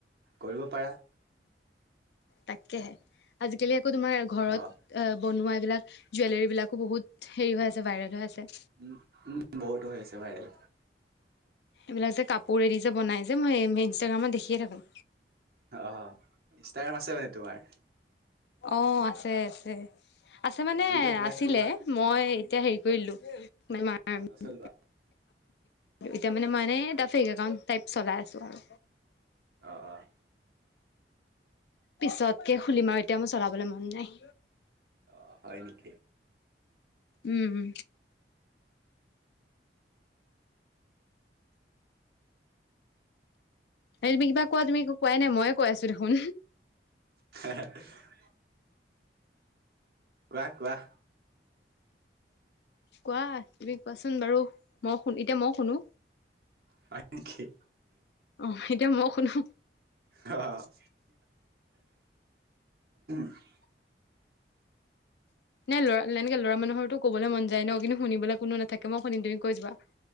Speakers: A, on the right; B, on the left.
A: কৰিব পাৰা।
B: তাকেহে, আজিকালি আকৌ তোমাৰ ঘৰত
A: অ
B: অ' বনোৱা এইবিলাক, জুৱেলাৰী বিলাকো বহুত হেৰি হৈ আছে, ভাইৰেল হৈ আছে।
A: উম, উম বহুত হৈ আছে ভাইৰেল।
B: এইবিলাক যে কাপোৰেদি যে বনাই যে মই ইনষ্টাগ্ৰামত দেখিয়ে থাকো।
A: অ' ইনষ্টাগ্ৰাম আছে মানে তোমাৰ।
B: অ' আছে আছে, আছে মানে
A: নামটো কিবা
B: আছিলে।
A: কি
B: মই এতিয়া হেৰি কৰি দিলো <unintelligible>
A: অ নচলোৱা
B: এতিয়া মানে মই এনে এটা ফেক একাউণ্ট টাইপ চলাই আছোঁ আৰু।
A: অ', অ'।
B: পিছতকে খুলিম আৰু এতিয়া মোৰ চলাবলৈ মন নাই।
A: অ' হয় নেকি?
B: উম, উম। এই তুমি কিবা কোৱা, তুমি একো কোৱাই নাই ময়ে কৈ আছো দেখোন।
A: <unintelligible> কোৱা, কোৱা।
B: কোৱা, তুমি কোৱাচোন বাৰু মই শুন এতিয়া মই শুনো।
A: হয় নেকি?
B: অ' এতিয়া মই শুনো।
A: অ' <unintelligible>
B: নাই ল'ৰা এনেকে ল'ৰা মানুহৰটো ক'বলৈ মন যায় ন, কিন্তু শুনিবলৈ কোনো নাথাকে মই শুনিম তুমি কৈ যোৱা।